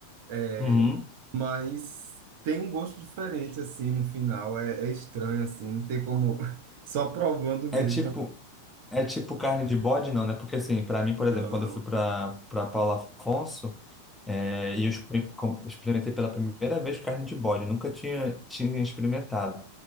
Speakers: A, on the right; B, in the centre.
A: É,
B: Uhum.
A: mas tem um gosto diferente, assim, no final. É, é estranho, assim, não tem como. <laughs> Só provando mesmo.
B: É tipo, é tipo carne de bode, não, né? Porque assim, pra mim, por exemplo,
A: Não.
B: quando eu fui pra para Paulo Afonso, é, e eu experi- com- experimentei pela primeira vez carne de bode, eu nunca tinha tinha experimentado.